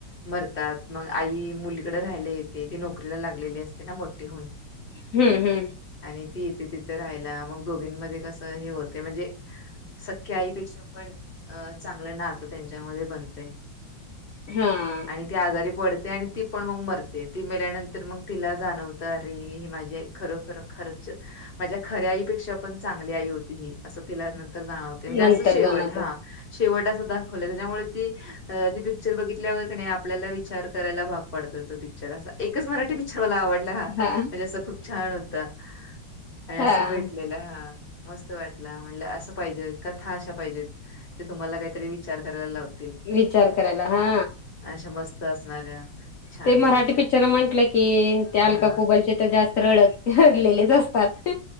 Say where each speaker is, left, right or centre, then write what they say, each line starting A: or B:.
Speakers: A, on the left; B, on the left.
A: मरतात मग आई मुलीकडे राहियला येते ती नोकरीला लागलेली असते ना मोठीहून.
B: हम्म हम्म.
A: आणि ती इथे तिथे राहियला मग दोघींमध्येध्ये कसं हे होते म्हणजे सख्या आईपेक्षा पण अ चांगलं नात त्यांच्यामध्ये बनतेय
B: हा
A: आणि ती आजारी पडते आणि ती पण मग मरते ती मेल्यानंतर मग तिला जाणवतं अरे हे माझी खरो खर खरच माझ्या खऱ्या आईपेक्षा पण चांगली आई होती ही असं तिला नंतर जाणवत म्हणजे
B: नंतर
A: असं शेवट
B: जाणार
A: हा
B: ते
A: शेवट दाखवले त्याच्यामुळे ती ती पिक्चर बघितल्यावर नाही आपल्याला विचार करायला भाग पाडतोय तो पिक्चर असा एकच मराठी पिक्चर मला आवडतं ह म्हणजे
B: हा
A: अस खूप छान होत आणि
B: हा
A: असं भेटलेलं हा मस्त वाटला म्हण असं पाहिजे कथा अशा पाहिजेत ते तुम्हाला काहीतरी विचार करायला लावत
B: विचार करायला हा
A: अशा मस्त असणाऱ्या छान
B: ते मराठी
A: म्हणजे
B: पिक्चर म्हंटलं की ते
A: हा
B: अलका कोुबलचे जास्त रडत रडलेलेच असतात